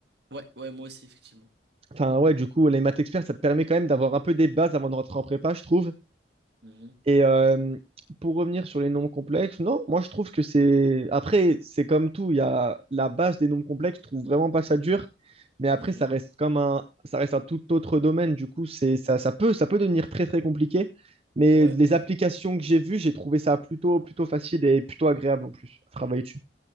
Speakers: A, on the right (about 60°); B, on the right (about 30°).
A: Ouais, ouais, moi aussi, effectivement.
B: Enfin, ouais, du coup, les maths experts, ça te permet quand même d'avoir un peu des bases avant de rentrer en prépa, je trouve.
A: Mhm.
B: Et euh, pour revenir sur les nombres complexes, non, moi je trouve que c'est. Après, c'est comme tout, il y a la base des nombres complexes, je trouve vraiment pas ça dur. Mais après,
A: Mhm.
B: ça reste comme un, ça reste un tout autre domaine. Du coup, c'est ça, ça peut, ça peut devenir très très compliqué. Mais
A: Ouais.
B: les applications que j'ai vues, j'ai trouvé ça plutôt plutôt facile et plutôt agréable en plus à travailler dessus.